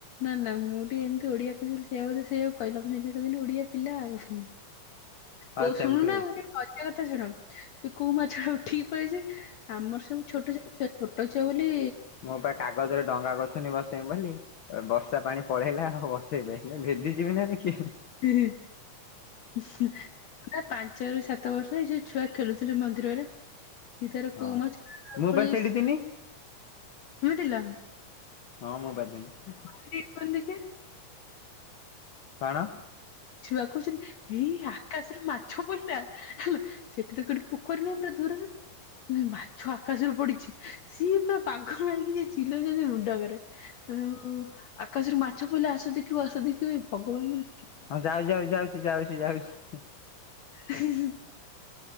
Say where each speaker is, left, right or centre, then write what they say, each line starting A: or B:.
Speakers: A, on the left; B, on the left.
A: ନା ନା ମୁଁ ଟିକେ ଏମିତି ଓଡିଆ କହୁଛି ବୋଲି ସେୟ ବୋଧେ ସେୟା କହିଲ ସେମତି କହି ଓଡିଆ ପିଲା ଆଉ।
B: ଆଉ
A: କୋଉ
B: ସେମିତି
A: ଶୁଣୁ ନା ମଜା କଥା ଶୁଣ ସେ କୋଉ ମାଛ ଉଠିକି ପଳି ଆସିବେ। ଆମର ସବୁ ଛୋଟ ଛୋଟ ଛୁଆ ଛୋଟ ଛୁଆ ବୋଲି
B: ମୁଁ ପା କାଗଜରେ ଡଙ୍ଗା କରୁଥୁନି ବସେଇମି ବୋଲି ବର୍ଷା ପାଣି ପଳେଇଲା ଆଉ ବସେଇଲିନି ଭିଦି ଯିବିନି ମାନେ କଲେ।
A: ହିଁ ହିଁ। ପୁରା ପାଞ୍ଚରୁ ସାତ ବର୍ଷ ଏଇ ଯୋଉ ଛୁଆ ଖେଳୁଥିଲେ ମନ୍ଦିରରେ। ସିଏ ତାର କୋଉ
B: ହଁ,
A: ମାଛ
B: ମୁଁ
A: ପଳେଇ
B: ପା ସେଇଠି
A: ଆସିଛି
B: ଥିଲି।
A: ବୁଝିଲ
B: ହଁ ମ <unintelligible>
A: କିଏ କୁହନି ଦେଖିଆ?
B: କଣ?
A: ଛୁଆ କହୁଛନ୍ତି ହେ ଆକାଶରୁ ମାଛ ପହିଲା। ସେଠି ତ କୋଉଠି ପୋଖରୀ ନାହିଁ ପୁରା ଦୂରରେ। ନାଇଁ ମାଛ ଆକାଶରୁ ପଡିଛି ସିଏ ପୁରା ପାଗଳ ହେଇକି ଯେ ଚିଲଉଛନ୍ତି ମୁଣ୍ଡଖରାପ। ଉ ଆକାଶରୁ ମାଛ ପଇଲା ଆସ ଦେଖିବ, ଆସ ଦେଖିବ ହେ ଭଗବାନ ମାନ
B: ହଁ ଯାଉ ଯାଉ ଯାଉଛି ଯାଉଛି ଯାଉଛି।
A: ହିଁ ହିଁ।